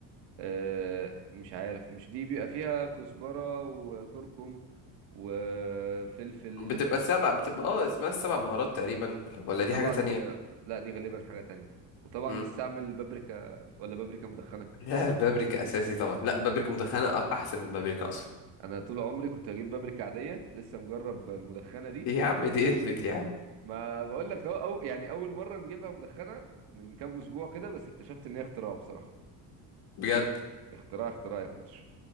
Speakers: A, on the right (about 70°); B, on the left (about 60°).
A: آه، مش عارف مش دي بيبقى فيها كزبرة وكركم وفلفل
B: بتبقى سبع بتبقى اه اسمها السبع بهارات تقريبا ولا ولا
A: وطبعا
B: دي حاجة تانية
A: آه، لا دي غالبا حاجة تانية وطبعا
B: مم.
A: بستعمل بابريكا ولا بابريكا مدخنة
B: لا بابريكا أساسي طبعا لا بابريكا مدخنة أ- أحسن من بابريكا أصلا
A: انا طول عمري كنت بجيب بابريكا عادية لسه مجرب المدخنة دي
B: يا عم دي ادمت يا عم
A: ما بقول لك اهو أو يعني اول مرة نجيبها مدخنة من كام اسبوع كده بس اكتشفت ان هي اختراع بصراحة
B: بجد
A: اختراع اختراع يا كوتش